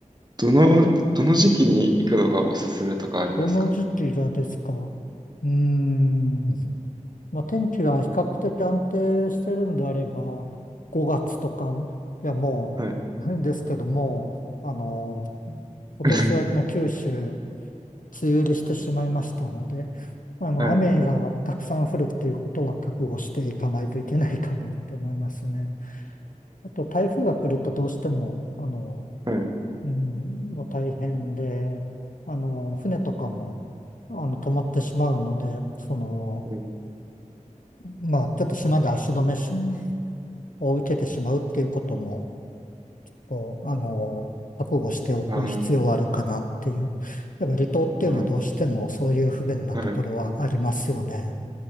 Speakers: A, on the right (about 30°); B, on the left (about 80°).
A: どの、どの時期に行くのがおすすめとかありますか
B: どの時期がですかうーん。まあ、天気が比較的安定してるんであれば、5月とか、いや、もう、
A: はい。
B: <laughs> ですけども、あの今年はもう九州梅
A: <laughs>
B: 雨入りしてしまいましたので、あの、
A: はい、
B: 雨がたくさん降るっていうことは覚悟していかないといけないかなって思いますね。あと、台風が来るとどうしても、あの、
A: はい。
B: うん、もう大変で、あの、船とかも、あの、止まってしまうので、その、
A: うん、
B: まあ、ちょっと島で足止めしを受けてしまうっていうことも、こうあの、覚悟しておく必要はあるかなっていう。
A: あ
B: やっぱ離島っていうのはどうしてもそういう不便なところはありますよね。
A: あ、なるほど。はい。